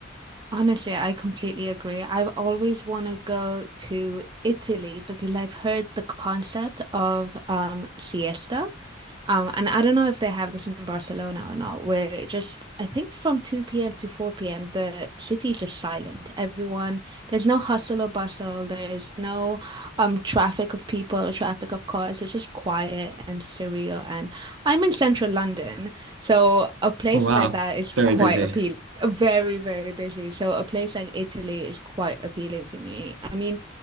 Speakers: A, on the right (about 25°); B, on the right (about 75°).
A: Honestly, I completely agree. I've always want to go to Italy because I've heard the concept of um, siesta. Um, and I don't know if they have this in Barcelona or not, where just I think from 2 p.m. to 4 p.m. the city is just silent. Everyone, there's no hustle or bustle, there's no um traffic of people or traffic of cars. It's just quiet and surreal. And I'm in central London, so a place
B: Oh wow,
A: like that is
B: very
A: quite
B: busy.
A: appealing. Very, very busy. So a place like Italy is quite appealing to me. I mean,